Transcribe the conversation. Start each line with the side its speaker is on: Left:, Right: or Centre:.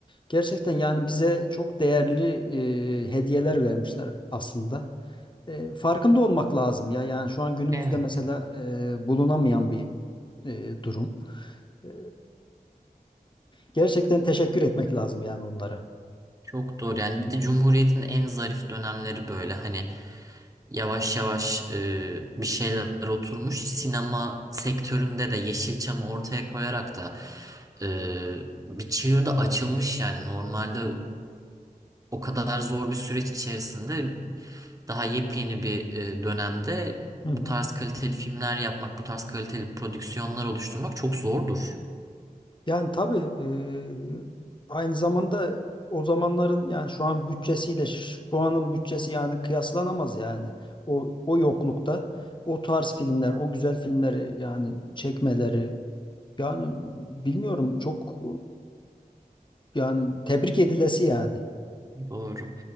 Left: Gerçekten yani bize çok değerli e, hediyeler vermişler aslında. E, farkında olmak lazım ya. Yani şu an günümüzde
Right: Evet.
Left: mesela e, bulunamayan bir e, durum. Ee, Gerçekten teşekkür etmek lazım yani onlara.
Right: Çok doğru yani bir de Cumhuriyet'in en zarif dönemleri böyle hani yavaş yavaş e, bir şeyler oturmuş sinema sektöründe de Yeşilçam'ı ortaya koyarak da e, bir çığır da açılmış yani normalde o kadar zor bir süreç içerisinde daha yepyeni bir e, dönemde
Left: Hı
Right: bu
Left: hı.
Right: tarz kaliteli filmler yapmak bu tarz kaliteli prodüksiyonlar oluşturmak çok zordur.
Left: Yani tabii eee, aynı zamanda o zamanların yani şu an bütçesiyle ş- şu anın bütçesi yani kıyaslanamaz yani. O o yoklukta o tarz filmler, o güzel filmleri yani çekmeleri, Yani bilmiyorum çok e, yani tebrik edilesi yani.
Right: Doğru.